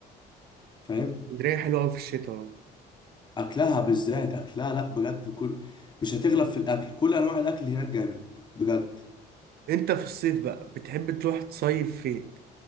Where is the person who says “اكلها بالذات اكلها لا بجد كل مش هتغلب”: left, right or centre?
Left